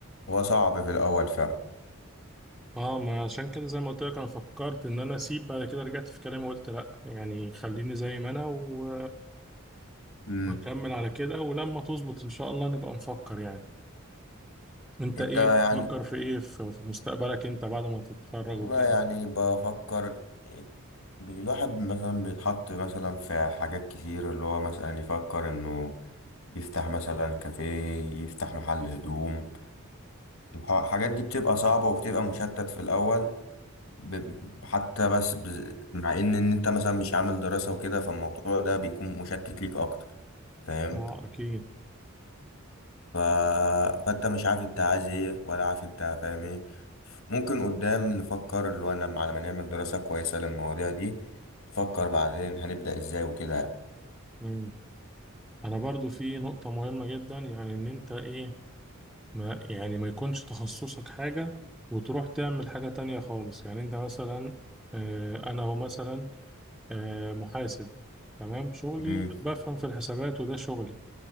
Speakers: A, on the left; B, in the centre.
A: هو صعب في الأول فعلا
B: اه ما عشان كده زي ما قلت لك انا فكرت ان انا اسيب بعد كده رجعت في كلامي وقلت لا يعني خليني زي ما انا و...
A: امم
B: واكمل على كده ولما تظبط ان شاء الله نبقى نفكر يعني انت
A: انت
B: ايه
A: يعني
B: بتفكر في ايه في في مستقبلك انت بعد ما تتخرج
A: والله
B: وكده
A: يعني بفكر الواحد مثلا بيتحط مثلا في حاجات كتير اللي هو مثلا يفكر انه يفتح مثلا كافيه يفتح محل هدوم الح- الحاجات دي بتبقى صعبة وبتبقى مشتت في الأول ب- حتى بس ب... مع ان ان انت مثلا مش عامل دراسة وكده فالموضوع ده بيكون مشتت ليك اكتر فاهم
B: اه اكيد
A: ف... فانت مش عارف انت عايز ايه ولا عارف انت فاهم ايه ممكن قدام نفكر اللي هو لما على ما نعمل دراسة كويسة للمواضيع دي نفكر بعدين هنبدأ ازاي وكده
B: مم. انا برضو في نقطة مهمة جدا يعني ان انت ايه ما يعني ما يكونش تخصصك حاجة وتروح تعمل حاجة تانية خالص يعني انت مثلا آه، انا هو مثلا آه، محاسب تمام شغلي
A: امم
B: بفهم في الحسابات وده شغلي